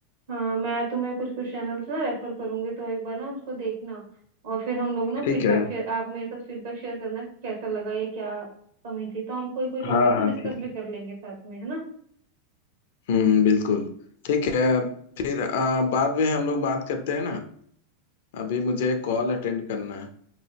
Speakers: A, on the right; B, on the left.
A: हाँ मैं तुम्हें कुछ कुछ चैनल्स ना रेफर करूंगी तो एक बार ना उसको देखना और फिर हम लोग ना
B: ठीक
A: फीडबैक
B: है
A: शेयर आप मेरे साथ फीडबैक शेयर करना कि कैसा लगा या क्या कमी थी तो हम कोई कोई टॉपिक
B: हाँ
A: ना
B: हाँ
A: डिस्कस
B: ठीक
A: भी कर लेंगे साथ में है ना
B: हम्म बिल्कुल ठीक है फिर आ, बाद में हम लोग बात करते हैं ना अभी मुझे कॉल अटेंड करना है